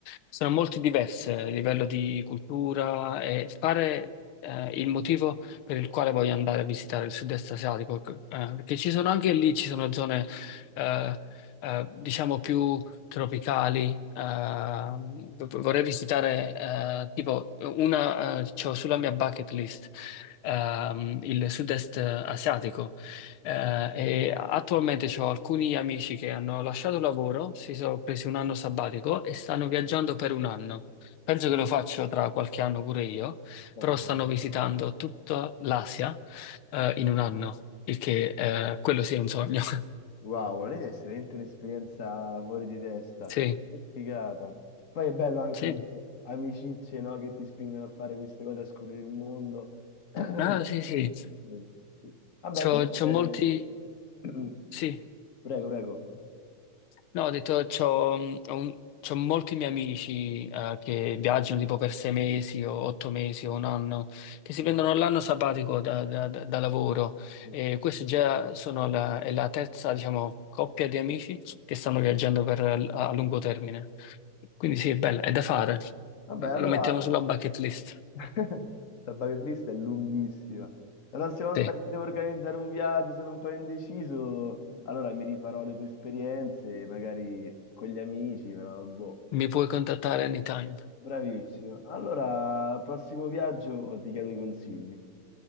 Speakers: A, on the left; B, on the left.
A: sono molto diverse a livello di cultura e fare eh, il motivo per il quale voglio andare a visitare il sud-est asiatico, eh, perché ci sono anche lì, ci sono zone, eh, eh, diciamo, più tropicali. eh, v- vorrei visitare, eh, tipo, una, eh, c'ho sulla mia bucket list ehm, il sud-est asiatico. Eh, e attualmente ho alcuni amici che hanno lasciato il lavoro, si sono presi un anno sabbatico e stanno viaggiando per un anno. Penso che lo faccio tra qualche anno pure io,
B: Vabbè.
A: però stanno visitando tutta l'Asia, eh, in un anno, il che, eh, quello sì è un sogno. <laughs>
B: wow, volete è veramente un'esperienza fuori di testa,
A: Sì,
B: che figata. Poi è bello anche
A: sì,
B: avere amicizie, no, che ti spingono a fare queste cose, a scoprire il mondo. <clears throat>
A: ah, sì, sì.
B: Mm, sì. Vabbè,
A: C'ho,
B: comunque...
A: c'ho molti,
B: <clears throat>
A: sì.
B: Prego, prego.
A: No, ho detto, c'ho, mh, ho un- c'ho molti miei amici eh, che viaggiano tipo per sei mesi o otto mesi o un anno, che si prendono l'anno sabbatico da, da- da- da lavoro.
B: Ecco.
A: E questa già sono la, è la terza, diciamo, coppia di amici che stanno viaggiando per, a, a lungo termine. Quindi sì, è bella, è da fare.
B: Vabbè,
A: Lo
B: allora...
A: mettiamo sulla bucket list.
B: <laughs> La bucket list è lunghissima. La prossima volta
A: Sì,
B: che devo organizzare un viaggio, sono un po' indeciso, allora mi rifarò le tue esperienze, magari con gli amici, però boh.
A: mi puoi contattare anytime.
B: Bravissimo. Allora, al prossimo viaggio ti chiedo i consigli.